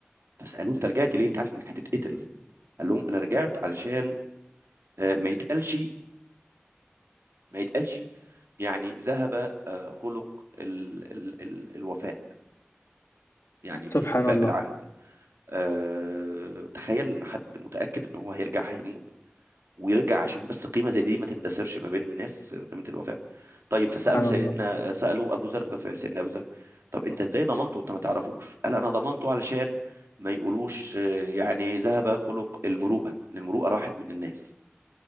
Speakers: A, on the right; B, on the left.
A: فسألوه أنت رجعت ليه أنت عارف إنك هتتقتل قال لهم أنا رجعت علشان آه، ما يتقالش ما يتقالش يعني ذهب آه، خلق ال ال ال الوفاء يعني في
B: سبحان
A: الوفاء
B: الله
A: بالعهد آه، تخيل ان حد متاكد ان هو هيرجع هيموت ويرجع عشان بس قيمه زي دي ما تندثرش ما بين الناس قيمه الوفاء طيب
B: سبحان
A: فسالوا سيدنا
B: الله
A: سالوا ابو ذر الغفاري سيدنا ابو ذر طب انت ازاي ضمنته انت ما تعرفوش قال انا ضمنته علشان ما يقولوش آه، يعني ذهب خلق المروءه ان المروءه راحت من الناس